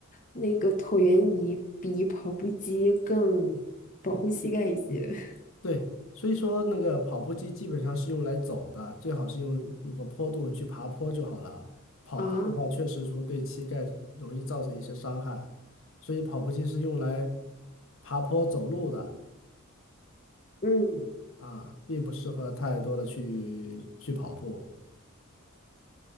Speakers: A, on the left (about 40°); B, on the left (about 65°).
A: 那个椭圆仪比跑步机更保护膝盖一些。<laughs>
B: 对，所以说那个跑步机基本上是用来走的，最好是用有个坡度，你去爬坡就好了。跑步的话，
A: 啊，
B: 确实说对膝盖容易造成一些伤害，所以跑步机是用来爬坡走路的
A: 嗯，
B: 啊，并不适合太多的去去跑步。